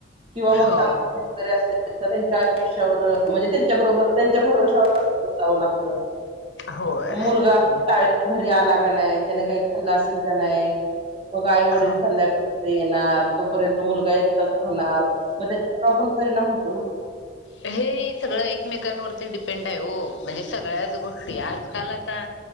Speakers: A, on the right; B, on the left.
A: किंवा मग
B: हो
A: कामवाली वगैरे असेल तर त्यांच्या भरोष्यावर म्हणजे त्यांच्या बरोबर त्यांच्या भरोश्यावर जाव लागत.
B: होय
A: मुलगा
B: हो
A: शाळेतून घरी आला का नाही त्याने काही खल्ला असेल का नाही. मग आई वडील
B: हो
A: संध्याकाळी घरी येणार. तोपर्यंत मुलगा एकटाच राहणार. मग त्याच्या वर परिणाम होत. हो ना.
B: हे सगळं एकमेकांवरती डिपेंड आहे ओम्हणजे सगळ्याच गोष्टी. आजकाल आता